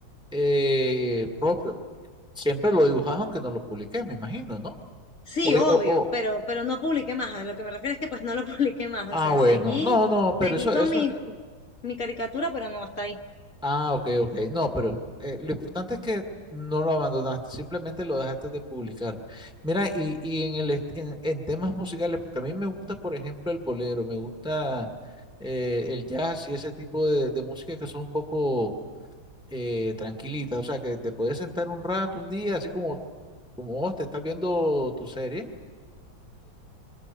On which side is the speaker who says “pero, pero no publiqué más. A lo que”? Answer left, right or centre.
Left